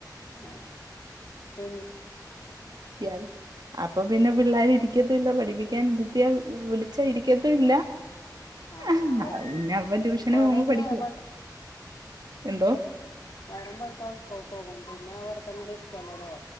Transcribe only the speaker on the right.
പാര് അപ്പ പിന്നെ പിള്ളാര് ഇരിക്കത്തൂല്ല പഠിപ്പിക്കാൻ ത്തിയ വിളിച്ച ഇരിക്കത്തുല്ല
<unintelligible>
അതുപിന്നെ അപ്പൊ ട്യൂഷന്
പോകുമ്പോ പഠിക്കും
എന്തോ